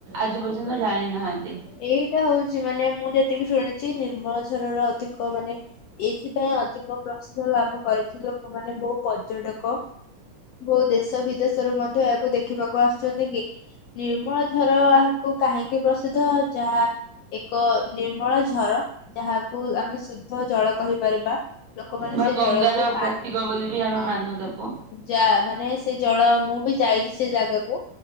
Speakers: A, on the right; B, on the left.
A: ଆଜି ପର୍ଯ୍ୟନ୍ତ ଜାଣିନାହାନ୍ତି।
B: ଏଇଟା ହଉଚି ମାନେ ମୁଁ ଯେତିକି ଶୁଣିଚି ନିର୍ମଳ ଝରର ଅଧିକ ମାନେ ଏଇଥିପାଇଁ ଅଧିକ ପ୍ରସିଦ୍ଧ ଲାଭ କରିଚି ଲୋକମାନେ ବହୁ ପର୍ଯ୍ୟଟକ କୋଉ ଦେଶ ବିଦେଶରୁୁ ମଧ୍ୟ ଏହାକୁ ଦେଖିବାକୁ ଆସୁଚନ୍ତି କି। ନିର୍ମଳ ଝର ଏହାକୁ କାହିଁକି ପ୍ରସିଦ୍ଧ ଯା ଏକ ନିର୍ମଳ ଝର ଯାହାକୁ ଆମେ ଶୁଦ୍ଧ ଜଳ କହିପାରିବା। ଲୋକମାନେ
A: ବା
B: ସେ
A: ଗଙ୍ଗାର
B: ଜଳକୁ
A: ପ୍ରତୀକ
B: ପାନ୍
A: ବୋଲି ବି ଆମେ
B: ହଁ।
A: ମାନୁ ତାକୁ।
B: ଯା ମାନେ ସେ ଜଳ ମୁଁ ବି ଯାଇଚି ସେ ଯାଗାକୁ